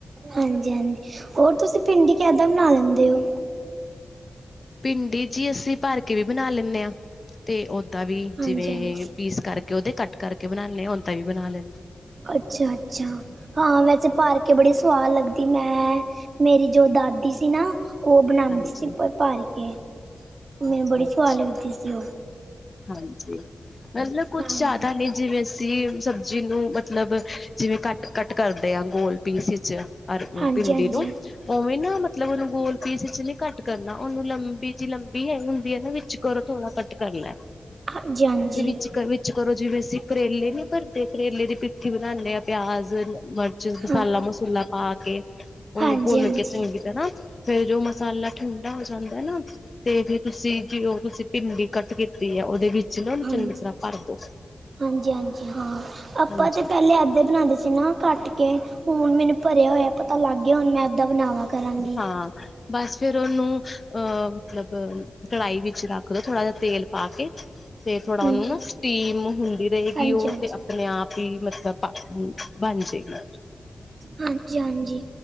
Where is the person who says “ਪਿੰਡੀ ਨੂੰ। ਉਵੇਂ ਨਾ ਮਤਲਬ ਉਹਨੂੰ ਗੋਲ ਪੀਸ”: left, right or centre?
Left